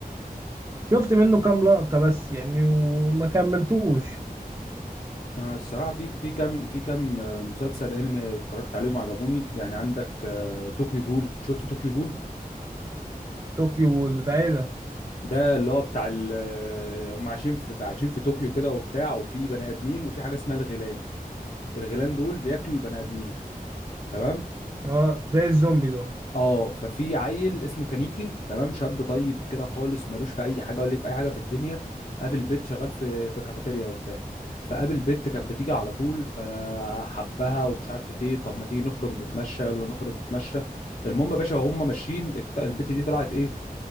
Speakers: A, on the right (about 25°); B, on the left (about 45°).
A: شفت منه كام لقطة بس يعني وما كملتوش
B: آه الصراحه في في كام في كام آه، مسلسل انمي اتفرجت عليهم عجبوني يعني عندك آه طوكيو جول شفت طوكيو جول
A: طوكيو والبتاع إيه ده
B: ده اللي هو بتاع ال- آه، هم عايشين في في- عايشين في طوكيو كده وبتاع وفي بني ادمين وفي حاجه اسمها الغيلان الغيلان دول بياكلوا البني ادمين تمام
A: اه زي الزومبي ده
B: اه ففي عيل اسمه كانيكي تمام شاب طيب كده خالص ملوش في اي حاجه ولا ليه في اي حاجه في الدنيا قابل بنت شغال في في كافيتيريا وبتاع فقابل بنت كانت بتيجي على طول فحبها ومش عارف ايه طب ما تيجي نخرج نتمشى يلا نخرج نتمشى المهم يا باشا وهم ماشيين اكت- البنت دي طلعت ايه